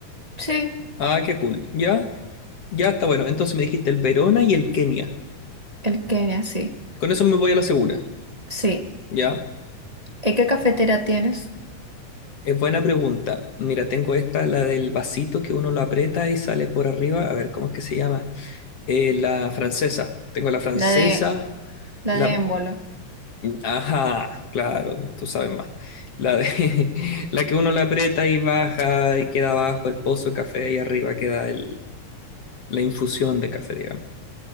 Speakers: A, on the right (about 25°); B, on the left (about 50°).
A: sí,
B: Ah, qué cool. Ya, ya está bueno. Entonces me dijiste el Verona y el Kenia.
A: el Kenia, sí.
B: Con eso me voy a la segura,
A: Sí.
B: ¿ya?
A: ¿Y qué cafetera tienes?
B: Es buena pregunta. Mira, tengo esta, la del vasito que uno lo aprieta y sale por arriba. A ver, ¿cómo es que se llama? Eh, la francesa. Tengo la francesa,
A: La de, la
B: la...
A: de Émbolo.
B: Ajá, claro, tú sabes más. La de... <laughs> la que uno le aprieta y baja y queda abajo el pozo de café y arriba queda el- la infusión de café, digamos.